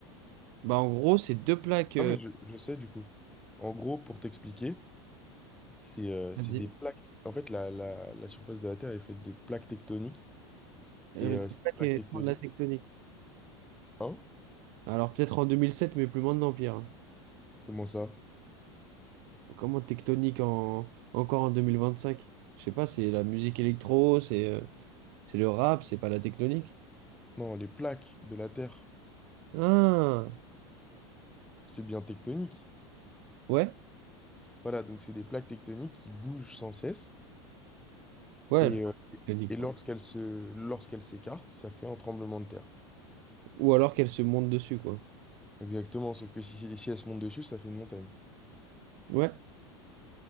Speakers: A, on the right; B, in the centre.
A: Bah, en gros, c'est deux plaques. euh,
B: Non mais je, je sais du coup. En gros, pour t'expliquer, c'est euh,
A: Vas-y.
B: c'est des plaques... En fait, la, la, la surface de la Terre est faite de plaques tectoniques.
A: euh,
B: Et euh,
A: des
B: ces
A: plaques
B: plaques
A: qui
B: tectoniques,
A: font de la tectonique.
B: hein?
A: Alors, peut-être en 2007, mais plus maintenant, Pierre.
B: Comment ça?
A: Comment tectonique en, encore en 2025? Je sais pas, c'est la musique électro, c'est euh, c'est le rap, c'est pas la tectonique?
B: Non, les plaques de la Terre,
A: Ah,
B: c'est bien tectonique.
A: ouais,
B: Voilà, donc c'est des plaques tectoniques qui bougent sans cesse.
A: ouais,
B: Et,
A: elle
B: euh,
A: tectonique,
B: et lorsqu'elles
A: quoi.
B: se, lorsqu'elles s'écartent, ça fait un tremblement de terre.
A: Ou alors qu'elle se monte dessus, quoi.
B: Exactement, sauf que si, si si elles se montent dessus, ça fait une montagne.
A: Ouais,